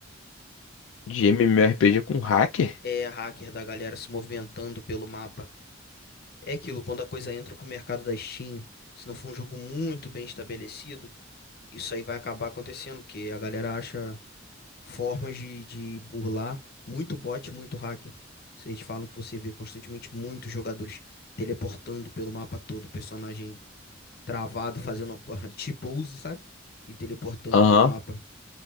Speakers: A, on the left; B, on the left.
A: De MMORPG com hacker?
B: É, hacker da galera se movimentando pelo mapa. É aquilo, quando a coisa entra pro mercado da Steam, se não for um jogo muito bem estabelecido, isso aí vai acabar acontecendo, porque a galera acha. formas de, de burlar, muito bot, muito hacker. Vocês falam que você vê constantemente muitos jogadores teleportando pelo mapa todo, personagem travado, fazendo a <laughs> T-pose, sabe? E teleportando
A: Aham.
B: pelo mapa.